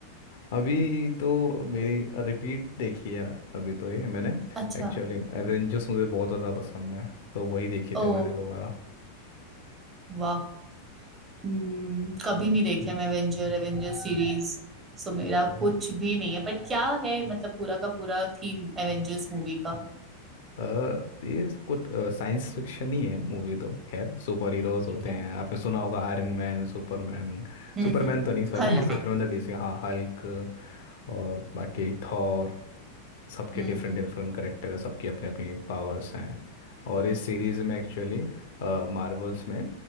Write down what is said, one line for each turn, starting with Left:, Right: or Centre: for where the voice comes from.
Left: अभी तो मेरी रिपीट देखी है अभी तो ये मैंने
Right: अच्छा
Left: एक्चुअली एवेंजर्स मुझे बहुत ज़्यादा पसंद है तो वही देखी थी
Right: ओ
Left: मैंने दोबारा
Right: वाह हम्म, कभी नहीं देखी है मैं एवेंजर एवेंजर सीरीज सो मेरा कुछ भी नहीं है बट क्या है मतलब पूरा का पूरा थीम एवेंजर्स मूवी का
Left: अ, ये कुछ साइंस फिक्शन ही है मूवी तो खैर सुपर हीरोज होते
Right: ठीक है
Left: हैं आपने सुना होगा आयरन मैन सुपरमैन
Right: हम्म
Left: सुपरमैन
Right: हम्म
Left: तो नहीं सॉरी
Right: हल्क
Left: <laughs> सुपरमैन तो डीसी हाँ हल्क और बाकी थॉर सबके
Right: हम्म
Left: डिफरेंट
Right: हम्म
Left: डिफरेंट करेक्टर है सबकी अपनी अपनी पावर्स हैं और इस सीरीज में एक्चुअली मार्वल्स में